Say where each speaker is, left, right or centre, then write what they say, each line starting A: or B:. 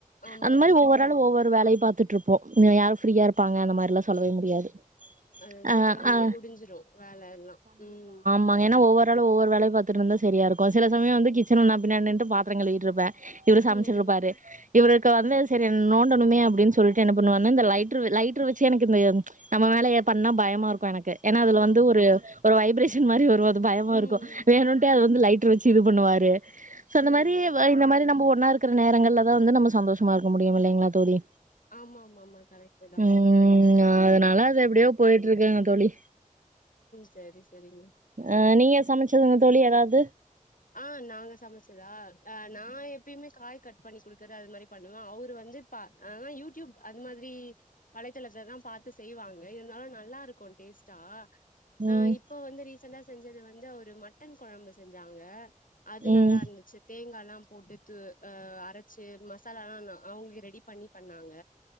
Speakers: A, on the left; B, on the right.
A: ஆமா
B: அந்த மாரி
A: சீக்கிரோ
B: ஒவ்வொரு ஆளு ஒவ்வொ ஒரு வேலைய பாத்துட்ருப்போ யாரும் ஃரீயா இருப்பாங்க அந்த மாரிலா சொல்லவே முடியாது
A: அ சீக்கிரமாவு
B: ஆ ஆ
A: முடிஞ்சிரு வேல எல்லா ம்
B: ம ஏனா ஒவ்வொ ஆளு ஒவ்வரு வேலைய பாத்துட்டுருந்தா சரியா இருக்கு சில சமயம் வந்து கிச்சன்ல நா பின்னாட் நின்ட்டு பாத்ரோ கழுவீட்டிருப்ப இவரு சமைச்சுட்
A: ம்
B: இருப்பாரு இவருக்கு வந்து சரி நோண்டணுமே அப்டின் சொல்ட்டு என்ன பண்ணுவனா இந்த லைட்டரு லைட்டரு வெச்சு எனக்கு இந்த நம்ம மேலயே பண்ணா பயமா இருக்கு எனக்கு ஏன்னா அதுல
A: ஆமா
B: வந்து
A: ஆமா
B: ஒரு வைப்ரேஷன் மாரி வரு அது பயமா
A: ம்
B: இருக்கு வேணுன்ட்டே அது வ வந்து லைட்டர் வெச்சு இது பண்ணுவாரு சொன்ன
A: ம்
B: மாரி இந்த மாரி நம்ம ஒன்னா இருக்கிற நேரங்கள்லதா வந்து நம்ம சந்தோஷமா இருக்க முடியு இல்லைங்களா தோழி
A: ஆமா மா மா கரெக்ட் தா
B: ம் அதனால அது எப்படியோ போயிட்டு இருக்குங்க தோழி
A: சரி சரிங்க
B: அ நீங்க சமைச்சதுங்க தோழி எதாவது
A: ஆ நாங்க சமைச்சதா ஆ நா எப்பயுமே காய் கட் பண்ணி குடுக்குற அது மாதிரி பண்ணுவ அவரு வந்து இப்ப அதா யூடியூப் அந் மாதிரி வளைத்தளத்த தா பாத்து செய்வாங்க இருந்தாலு நல்லா இருக்கு டேஸ்ட்டா அ
B: ம்
A: இப்ப வந்து ரீசன்டா செஞ்சது வந்து ஒரு மட்டன் கொழம்பு செஞ்சாங்க அது நல்லா
B: ம்.
A: இருந்துச்சிப் தேங்காலா போட்டு து அ அரைச்சி மசாலாலா அவுங்களுக்கு ரெடி பண்ணி பண்ணாங்க